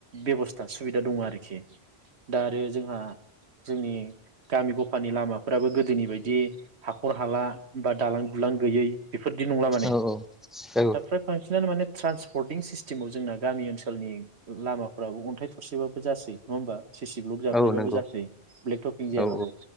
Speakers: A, on the right; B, in the centre.
A: बेबस्था सुबिदा दंङ आरोखि दा आरो जोंहा जोंनि। गामि ग'फानि लामाफ्राबो गोदोनि बायदि हाखर हाला बा दालां दुलां गैयै। बेफोरदि नंला माने
B: औ औ
A: दा फ्राय फासिनानो माने ट्रान्सपर्टिं सिस्टेमाव जोंना गामि ओनसोलनि लामाफ्राबो अन्थाइ थरसेबाबो जासै नङा होमबा। सिसि ब्लक जाबनायबाबो
B: औ नंगौ
A: जासै ब्लेकटक जि जायाबाबो।
B: औ